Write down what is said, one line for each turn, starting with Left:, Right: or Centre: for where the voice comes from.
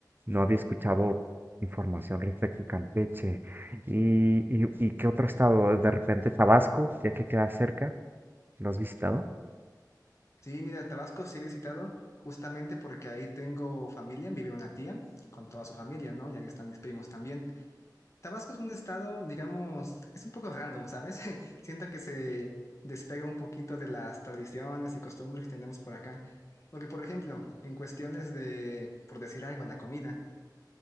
Right: no había escuchado información respecto a Campeche. ¿Y, y, y qué otro estado? De repente Tabasco, ya que queda cerca, ¿lo has visitado?
Left: Sí, mira, Tabasco sí he visitado justamente porque ahí tengo familia, vive una tía con toda su familia, ¿no? Y ahí están mis primos también. Tabasco es un estado, digamos, es un poco random, ¿sabes? <laughs> Siento que se despega un poquito de las tradiciones y costumbres que tenemos por acá. Porque, por ejemplo, en cuestiones de, por decir algo, la comida.